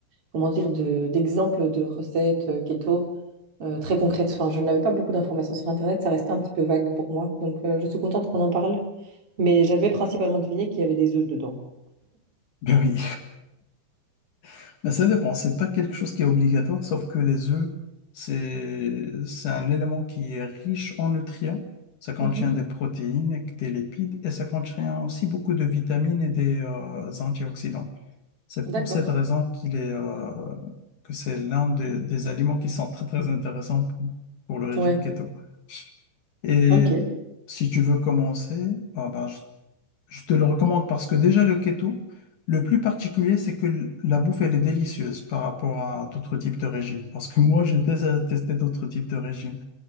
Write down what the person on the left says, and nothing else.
Ben oui, <laughs> mais ça dépend. C'est pas quelque chose qui est obligatoire, sauf que les œufs, c'est c'est un élément qui est riche en nutriments. Ça contient
des protéines, et des lipides et ça contient aussi beaucoup de vitamines et des euh, antioxydants. C'est
pour cette raison qu'il est, euh, que c'est l'un des, des aliments qui sont très très intéressants pour, pour le régime
keto. Et
si tu veux commencer, ah ben, je, je te le recommande parce que déjà le keto, le plus particulier, c'est que l- la bouffe, elle est délicieuse par rapport à d'autres types de régimes. Parce que moi, j'ai déjà testé d'autres types de régimes.